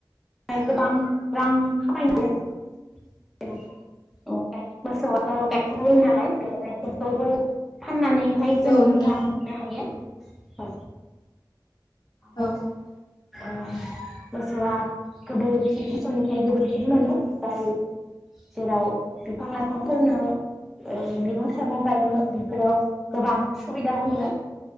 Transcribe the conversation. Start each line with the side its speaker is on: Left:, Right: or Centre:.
Centre: फ्राय गोबां रां खामाय हायो <unintelligible> फाननानैहाय जों
Left: औ नोंथां
Centre: रां मोननो हायो औ आस
Left: औ
Centre: ओ गोसोआ गोबोरखि इसनिफ्राय गोबोरखि मोनो फाय जेराव बिफां लाइफांफोरनो मैगं थाइगं गायनो बेफोराव गोबां सुबिदा होयो